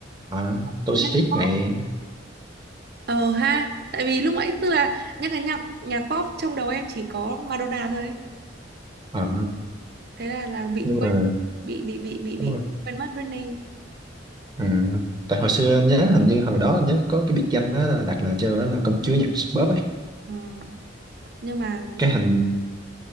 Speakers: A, on the right; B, on the right.
A: à,
B: Công
A: Toxic
B: chúa nhạc pop
A: này
B: ờ ha tại vì lúc nãy tức là nhắc cái nhạc nhạc pop trong đầu em chỉ có Madonna thôi
A: à,
B: thế là là bị
A: nhưng
B: quên
A: mà
B: bị bị bị bị bị
A: đúng rồi
B: quên mất Britney
A: à, tại hồi xưa anh nhớ hình như hồi đó anh nhớ có cái biệt danh đó là đặt là cho đó là công chúa nhạc bóp ấy
B: Ờ, nhưng mà
A: cái hình